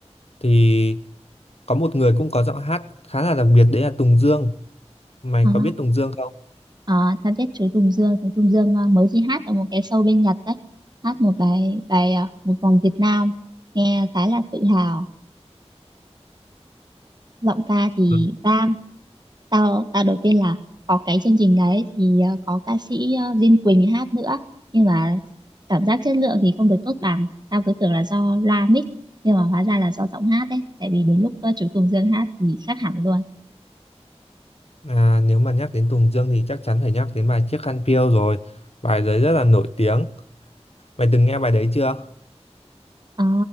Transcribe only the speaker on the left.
thì có một người cũng có giọng hát khá là đặc biệt đấy là Tùng Dương mày
có biết Tùng Dương không
Ừ.
à, nếu mà nhắc đến Tùng Dương thì chắc chắn phải nhắc đến bài Chiếc Khăn Piêu rồi bài đấy rất là nổi tiếng mày từng nghe bài đấy chưa